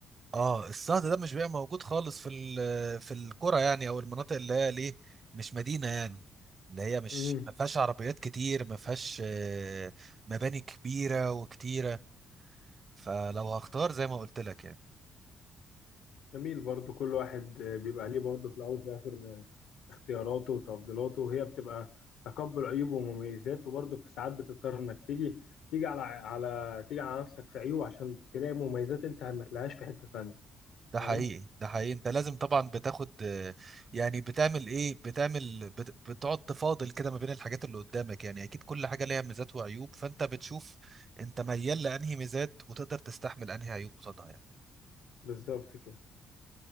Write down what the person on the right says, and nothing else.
اه الصهد ده مش بيبقى موجود خالص في ال... في القرى يعني او المناطق اللي هي ليه مش مدينة يعني اللي هي مش
ما فيهاش عربيات كتير ما فيهاش آه، مباني كبيرة وكتيرة فلو هختار زي ما قلت لك يعني
ده
حقيقي ده حقيقي انت لازم طبعا بتاخد آه، يعني بتعمل ايه بتعمل بت... بتقعد تفاضل كده ما بين الحاجات اللي قدامك يعني اكيد كل حاجة ليها ميزات وعيوب فانت بتشوف انت ميال لانهي ميزات وتقدر تستحمل انهي عيوب قصادها يعني